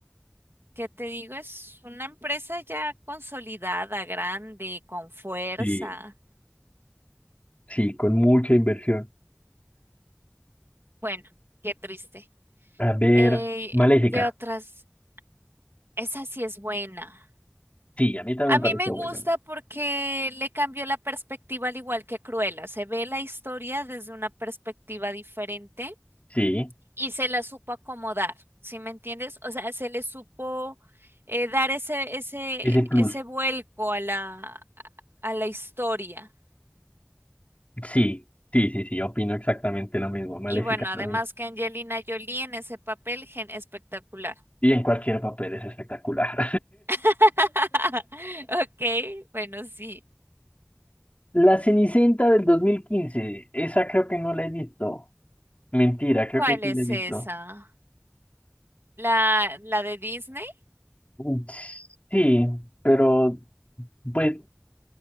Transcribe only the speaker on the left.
Sí. Sí, con mucha inversión.
A ver,
Maléfica.
Sí, a mí también
me pareció
bueno.
Sí,
ese plus.
Sí, sí, sí, sí, opino exactamente lo mismo. Maléfica
también.
Y en cualquier papel es espectacular.
<laughs> La Cenicienta del 2015. Esa creo que no la he visto. Mentira, creo
que sí
la he visto.
Mm, Sí, pero pues